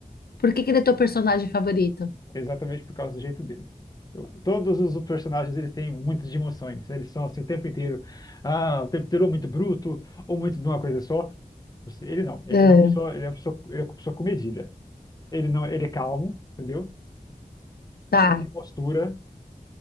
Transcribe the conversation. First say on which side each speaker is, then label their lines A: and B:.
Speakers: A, on the left; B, on the left.
A: Por que que ele é teu personagem favorito?
B: Exatamente por causa do jeito dele. Eu- Todos os personagens eles têm muitas de emoções. Eles são assim o tempo inteiro. Ah, o tempo inteiro ou muito bruto ou muito de uma coisa só. Você- Ele não. Ele
A: Ah,
B: é uma pessoa. Ele é uma pessoa. Ele é uma pessoa comedida. Ele não. Ele é calmo, entendeu?
A: tá,
B: Ele tem postura.